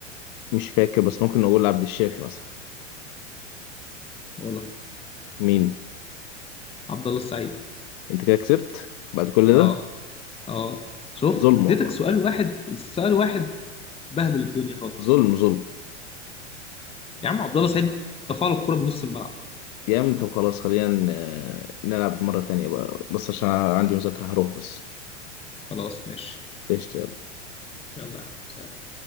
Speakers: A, on the left (about 35°); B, on the left (about 15°).
A: مش فاكر بس ممكن نقول عبد الشافي مثلا
B: غلط
A: مين
B: عبد الله السعيد
A: انت كده كسبت بعد كل
B: اه
A: ده
B: اه شفت
A: ظلم
B: اديتك
A: والله
B: سؤال واحد سؤال واحد بهدل الدنيا خالص
A: ظلم ظلم
B: يا عم عبد الله السعيد رفع له الكرة بنص الملعب
A: جامد طب خلاص خلينا ن- نلعب مرة تانية بقى بس عشان عندي مذاكرة هروح بس
B: خلاص ماشي
A: قشطة يلا.
B: يلا يا عم